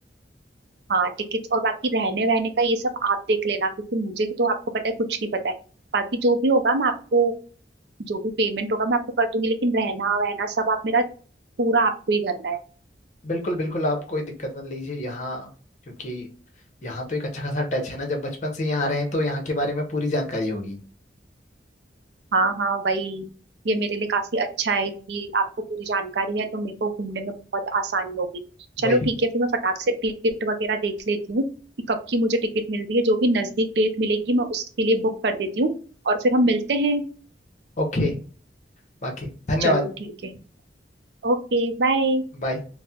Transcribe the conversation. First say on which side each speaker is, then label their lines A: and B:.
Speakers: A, on the right (about 65°); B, on the left (about 40°).
A: हाँ टिकट्स और बाकी रहने वहने का ये सब आप देख लेना क्योंकि मुझे तो आपको पता है कुछ नहीं पता है बाकी जो भी होगा मैं आपको जो भी पेमेंट होगा मैं आपको कर दूंगी लेकिन रहना वहना सब आप मेरा पूरा आपको ही करना है
B: बिल्कुल बिल्कुल आप कोई दिक्कत मत लीजिए यहाँ क्योंकि यहाँ तो एक अच्छा खासा टच है ना जब बचपन से यहाँ रहे हैं तो यहाँ के बारे में पूरी जानकारी होगी
A: हाँ हाँ वही ये मेरे लिए काफी अच्छा है कि आपको पूरी जानकारी है तो मेरे को घूमने में बहुत आसानी होगी चलो
B: वही
A: ठीक है फिर मैं फटाक से टिकट वगैरह देख लेती हूँ कि कब की मुझे टिकट मिल रही है जो भी नजदीक डेट मिलेगी मैं उसके लिए बुक कर देती हूँ और फिर हम मिलते हैं
B: ओके बाकी धन्यवाद
A: चलो ठीक है Okay bye
B: बाय